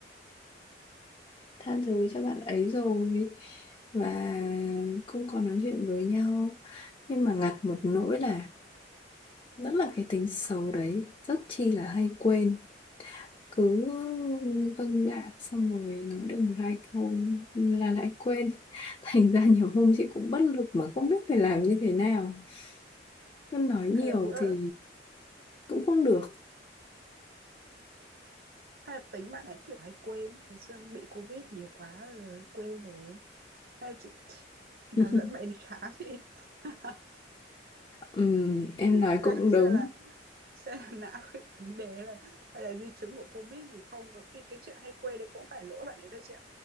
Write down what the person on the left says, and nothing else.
tha thứ cho bạn ấy rồi và không có nói chuyện với nhau nhưng mà ngặt một nỗi là vẫn là cái tính xấu đấy rất chi là hay quên cứ vâng dạ xong rồi nói được một hai câu là lại quên <laughs> thành ra nhiều hôm chị cũng bất lực mà không biết phải làm như thế nào cứ nói nhiều
thì cũng không được
<laughs>
Ừm, em nói
cũng đúng